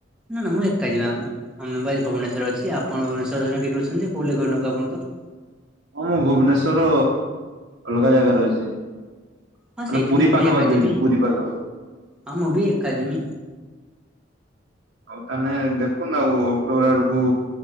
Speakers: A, in the centre; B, on the right (about 60°).
A: ନା ନା ମୁଁ ଏକା ଯିବା ଆମ ଆମେ ବା ଭୁବନେଶ୍ୱର ଅଛି ଆପଣ ଭୁବନେଶ୍ୱର କ କେଠୀ ଅଛନ୍ତି କୋଉଠି ଘର ଆପଣଙ୍କର?
B: ହଁ ମୁଁ ଭୁବନେଶ୍ଵର ଅଲଗା ଜାଗାରେ ଅଛି। ମାନେ
A: ହଁ ସେଇଠି
B: ପୁରୀ
A: ମୁଁ ବି
B: ପାଖା
A: ଏକା
B: ପାଖି
A: ଯିମି
B: ଅଛି ପୁରୀ ପାଖାପାଖି।
A: ହଁ ମୁଁ ବି ଏକାଜିମି।
B: ହଉ ତାହେନେ ଦେଖନ୍ତୁ ଆଉ ଅକ୍ଟୋବର ଆଡକୁ